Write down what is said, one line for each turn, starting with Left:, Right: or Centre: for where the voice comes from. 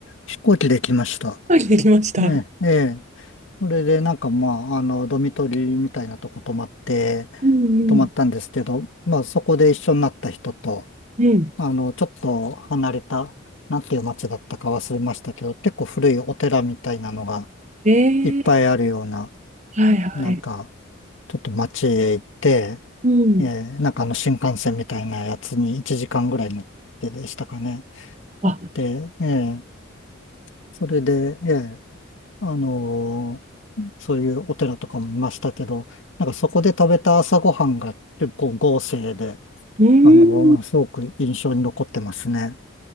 Left: 飛行機で来ました。
Right: 飛行機で行きました。
Left: ええ、ええ。それで、なんかまあ、あの、ドミトリーみたいなとこ泊まって、
Right: うんうん。
Left: 泊まったんですけど、まあ、そこで一緒になった人と、
Right: うん
Left: あの、ちょっと離れた、なんていう街だったか忘れましたけど、結構古いお寺みたいなのが
Right: ええ
Left: いっぱいあるような、
Right: はいはい。
Left: なんか、ちょっと街へ行って、
Right: うん。うん。
Left: ええ、なんかあの、新幹線みたいなやつに1時間ぐらい乗ってでしたかね。
Right: あ、
Left: 行って、ええ、それで、ええ、あのそういうお寺とかも見ましたけど、なんかそこで食べた朝ごはんが結構豪勢で、
Right: うー
Left: あのすごく印象に残ってますね。
Right: ん。